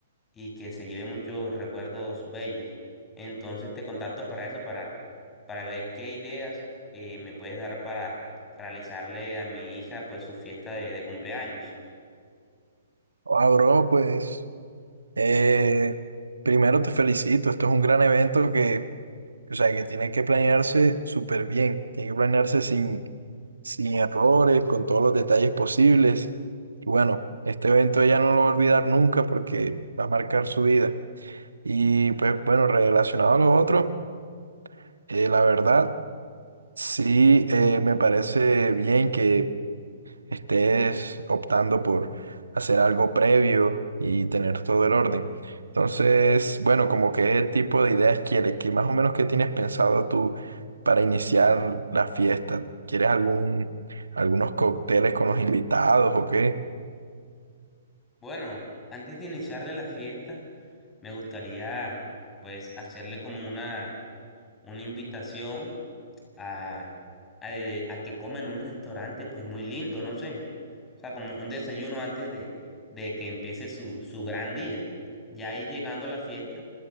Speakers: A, on the left (about 15°); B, on the right (about 90°).
A: y que se lleve muchos recuerdos bellos. Entonces te contacto para eso, para, para ver qué ideas eh, me puedes dar para realizarle a mi hija pues su fiesta de, de cumpleaños.
B: Ah, bro, pues, eh, primero te felicito. Esto es un gran evento que, o sea, que tiene que planearse súper bien. Tiene que planearse sin, sin errores, con todos los detalles posibles. Y bueno, este evento ella no lo va a olvidar nunca porque va a marcar su vida. Y pues, bueno, relacionado a lo otro, eh, la verdad, sí, eh, me parece bien que estés optando por hacer algo previo y tener todo el orden. Entonces, bueno, como qué tipo de ideas quieres, que más o menos qué tienes pensado tú para iniciar la fiesta. ¿Quieres algún, algunos cócteles con los invitados o qué?
A: Bueno, antes de iniciarle la fiesta, me gustaría pues hacerle como una, una invitación a, a, de- a que coma en un restaurante, pues muy lindo, no sé. O sea, como un desayuno antes de, de que empiece su, su gran día. Ya ahí llegando a la fiesta,